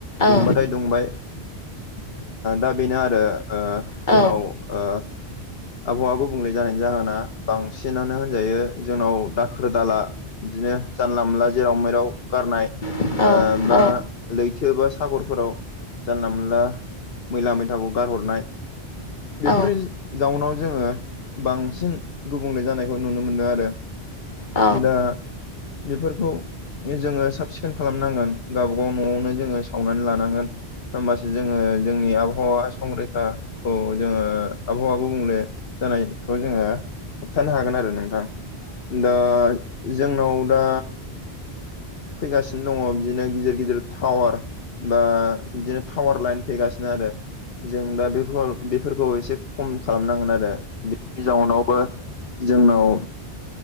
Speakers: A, on the left; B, on the left.
A: औ
B: दुंबाथाय दुंबाय दा बेनो आरो। जोंनाव
A: औ
B: ओ आबहावा गुबुंले जानायनि जाहोना बांसिनानो होनजायो जोंनाव दाखोर दाला बिदिनो जानला मोनला जेराव मैेराव गारनाय
A: औ
B: बा लैथो बा सागरफोराव जानला मोनला मैला मैथाखौ गारहरनाय बेफोरनि
A: औ
B: जाउनाव जोङो बांसिन गुबुंले जानायखौ नुनो मोनदों आरो।
A: औ
B: दा बेफोरखौ जोङो साब सिखोन खालामनांगोन गाव न'आवनो जोङो सावनानै लानांगोन होमबासो जोङो जोंनि आबहावा संरैखाखौ जोङो आबहावा गुबुंले जानायखौ जोङो होबथानो हागोन आरो नोंथां दा जोंनाव दा फैगासिनो दङ बिदिनो गिदिर गिदिर बिल थावार बा बिदिनो थावार लाइन फैगासिनो आरो जों दा बेफोर बेफोरखौ एसे खम खालामनांगोन आरो। बिनि जाउनावबो जोंनाव